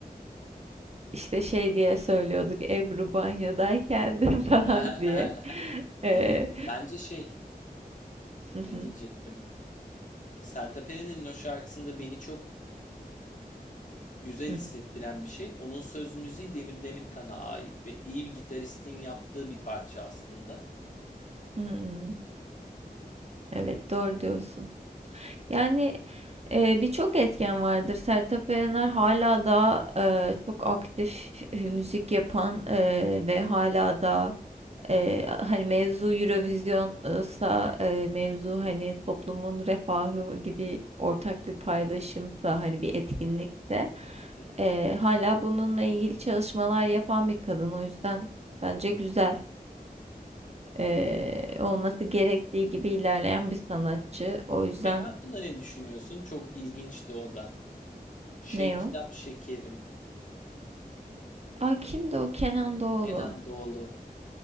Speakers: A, on the right; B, on the left.
A: İşte şey diye söylüyorduk Ebru banyodayken de <laughs> falan
B: Aha,
A: diye.
B: aha.
A: Ee,
B: Ee, bence şey
A: hı hı,
B: ne diyecektim? Sertab Erener'in o şarkısında beni çok güzel
A: hı,
B: hissettiren bir şey. Onun söz müziği Demir Demirkan'a ait ve iyi bir gitaristin yaptığı bir parça aslında.
A: hı. evet doğru diyorsun. Yani e, birçok etken vardır. Sertab Erener hala da e, çok aktif e,
B: Hı
A: müzik
B: hı
A: yapan e, ve hala da Eee, hani mevzu Eurovision'sa eee, mevzu hani toplumun refahı gibi ortak bir paydaşımsa hani
B: hı
A: bir etkinlikse
B: hı hı
A: eee, hala bununla ilgili çalışmalar yapan bir kadın. O yüzden bence
B: hı
A: güzel eee, olması gerektiği gibi ilerleyen bir sanatçı. O yüzden
B: Bey hakkında ne düşünüyorsun? Çok ilginçti o da. Şey
A: ne
B: Kitap
A: o?
B: Şekerim,
A: Aa kimdi o? Kenan Doğulu.
B: Kenan Doğulu.